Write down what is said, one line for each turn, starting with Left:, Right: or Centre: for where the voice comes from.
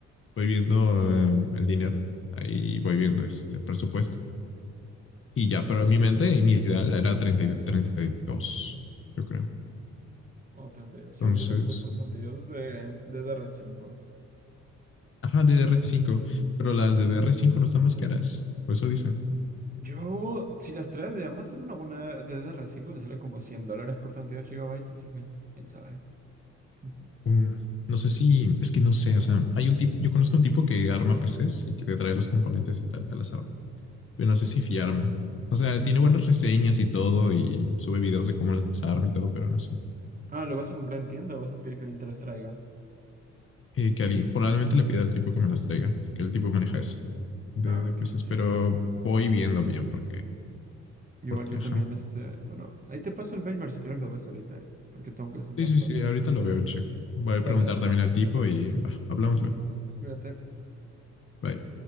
Left: voy viendo eh, el dinero, ahí voy viendo este presupuesto y ya, pero en mi mente y mi ideal era treinta treinta y treinta y dos yo creo.
Right: Oh, 32. Sí,
Left: Entonces,
Right: bueno, yo también voy por 32 de, de dr cinco.
Left: ajá, ddr cinco pero las de ddr cinco no están más caras, por eso dicen.
Right: Yo, si las traes de Amazon, una buena DDR5 te sale como 100 dólares por 32 GB, así que, quién sabe. <laughs>
Left: Mm, No sé si, es que no sé, o sea, hay un tipo, yo conozco un tipo que arma PCs y que te trae los componentes y tal, te las arma. Pero no sé si fiarme. O sea, tiene buenas reseñas y todo y sube videos de cómo las arma y todo, pero no sé.
Right: Ah, ¿lo vas a comprar en tienda o vas a pedir que alguien te los traiga?
Left: Eh, que alguien- probablemente le pida al tipo que me las traiga, porque el tipo maneja eso de,
Right: Ah,
Left: de
Right: ok,
Left: PCs,
Right: sí,
Left: pero
Right: sí.
Left: voy viendo bien porque,
Right: Igual
Left: porque,
Right: yo
Left: ajá.
Right: también, este, bueno, ahí te paso el benchmark si quieres lo ves ahorita, eh, porque tengo que hacer unas
Left: Sí, sí,
Right: cosas.
Left: sí, ahorita lo veo, check. Voy
Right: Dale,
Left: a preguntar
Right: dale,
Left: también al tipo y bah, hablamos luego.
Right: cuídate.
Left: Bye.